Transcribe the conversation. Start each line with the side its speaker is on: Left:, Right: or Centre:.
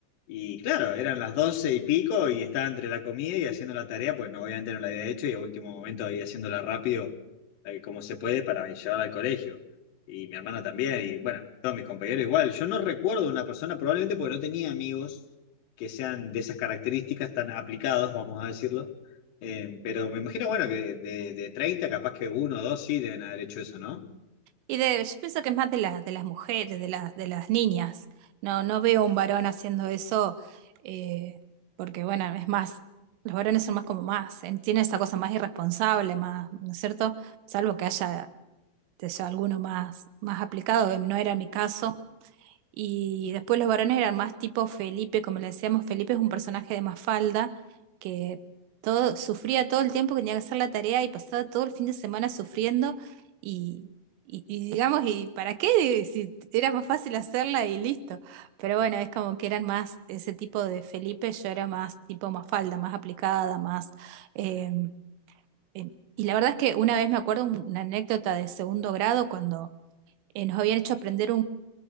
Left: Y claro, eran las doce y pico y estaba entre la comida y haciendo la tarea, pues no, obviamente no la había hecho y a último momento había haciéndola rápido eh, como se puede para llevarla al colegio. Y mi hermana también, y bueno, todos mis compañeros igual. Yo no recuerdo una persona, probablemente porque no tenía amigos que sean de esas características tan aplicados, vamos a decirlo. Eh, pero me imagino, bueno, que de, de 30, capaz que uno o dos sí deben haber hecho eso, ¿no?
Right: Y de, yo pienso que es más de las de las mujeres, de las de las niñas. No, no veo un varón haciendo eso, eh, porque bueno, es más, los varones son más como más, eh, tienen esa cosa más irresponsable, más, ¿no es cierto? Salvo que haya, que sea alguno más, más aplicado, eh, no era mi caso. Y después los varones eran más tipo Felipe, como le decíamos, Felipe es un personaje de Mafalda que todo, sufría todo el tiempo que tenía que hacer la tarea y pasaba todo el fin de semana sufriendo y, y- y digamos, ¿y para qué? Si era más fácil hacerla y listo. Pero bueno, es como que eran más ese tipo de Felipe, yo era más tipo Mafalda, más aplicada, más... eh, eh, y la verdad es que una vez me acuerdo un- una anécdota de segundo grado cuando eh, nos habían hecho aprender